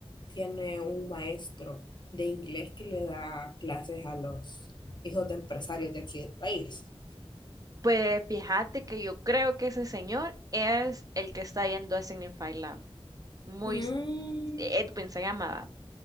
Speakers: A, on the left (about 45°); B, on the right (about 35°).
A: tiene un maestro de inglés que le da clases a los hijos de empresarios de aquí del país.
B: Pues fíjate que yo creo que ese señor es el que está yendo a Signify Lab. Muy,
A: Mm,
B: s- Edwin se llamaba.